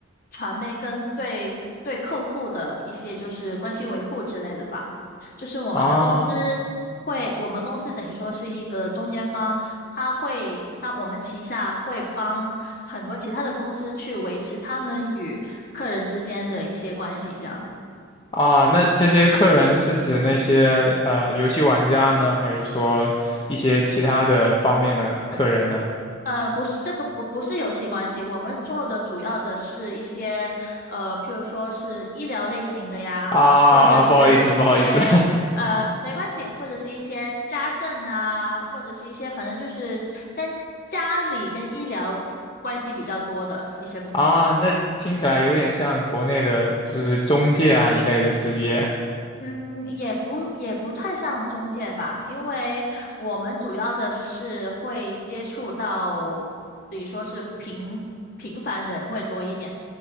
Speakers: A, on the left; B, on the left.
A: 传媒跟对对客户的一些就是关系维护之类的吧。就是我们的公司会，
B: 啊。
A: 我们公司等于说是一个中间方，他会，他我们旗下会帮很多其他的公司去维持他们与客人之间的一些关系，这样子。
B: 啊，那这些客人是指那些呃游戏玩家呢，还是说一些其他的方面的客人呢？
A: 呃，不是这个不不是游戏关系，我们做的主要的是一些呃，譬如说是医疗类型的呀，
B: 啊啊，
A: 或者是一些呃没关系，
B: 啊不好意思，不好意思，
A: 或者是一些家政呐、或者是一些反正就是跟家里跟医疗关系比较多的一些公司。
B: <laughs> 啊，那听起来有点像国内的，就是中介啊一类的职业
A: 嗯，也不也不太像中介吧，因为我们主要的是会接触到，等于说是平平凡人会多一点，